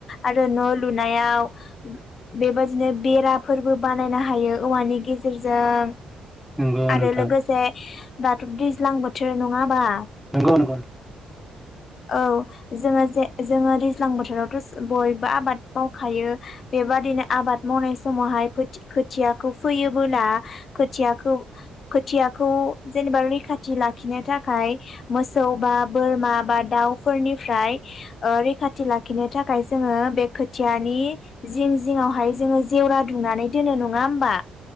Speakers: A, on the left (about 55°); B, in the centre.
A: आरो न' लुनायाव बेबायदि बिदिनो बेराफोरबो बानायनो हायो औवानि गेजेरजों
B: नंगौ
A: आरो
B: नोंथां
A: लोगोसे दाथ' दैज्लां बोथोर नङाबा
B: नंगौ नंगौ
A: <unintelligible> औ जोङो जे जोङो दैज्लां बोथोरावथ' बयबो आबाद मावखायो बेबा दिनो आबाद मावनाय समावहाय खोथियाखौ फैयोला खोथियाखौ खोथियाखौ जेनेबा रैखाथि लाखिनो थाखाय मोसौ बा बोरमा बा दाउफोरनिफ्राय ओ रैखाथि लाखिनो थाखाय जोङो बे खोथियानि जिं जिङआवहाय जोङो जेवरा दुंनानै दोनो नङा होमबा